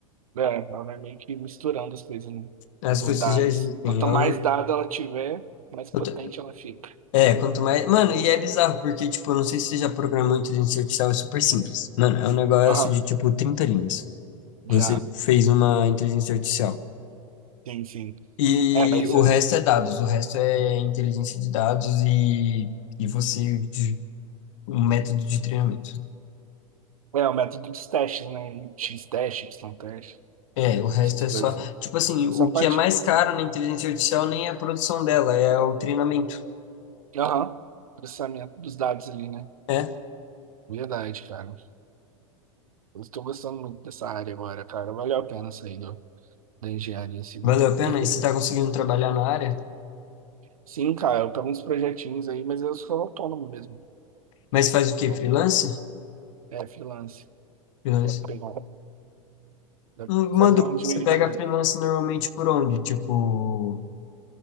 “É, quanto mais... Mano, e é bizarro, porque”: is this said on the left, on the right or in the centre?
Left